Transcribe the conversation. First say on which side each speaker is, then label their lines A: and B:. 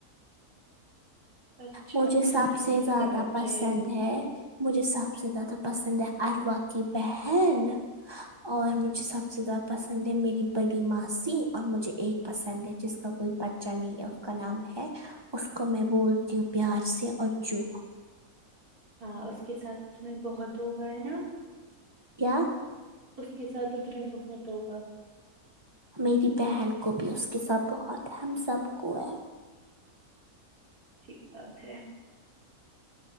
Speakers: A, on the right; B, on the right.
A: اچھا
B: مجھے
A: ان
B: سب
A: کے کتنے
B: سے
A: کتنے
B: زیادہ
A: بچے
B: پسند
A: ہیں
B: ہے مجھے سب سے زیادہ پسند ہے اروا کی بہن اور مجھے سب سے زیادہ پسند ہے میری بڑی ماسی اور مجھے ایک پسند ہے جس کا کوئی بچا نہیں ہے اس کا نام ہے اس کو میں بولتی ہوں پیار سے انجو
A: ہاں اس کے ساتھ تمہیں بہت ہو گیا ہے نا
B: کیا
A: اس کے ساتھ تو تمہیں بہت ہوگا
B: میری بہن کو بھی اس کے سات بہت ہم سب کو ہے
A: ٹھیک بات ہے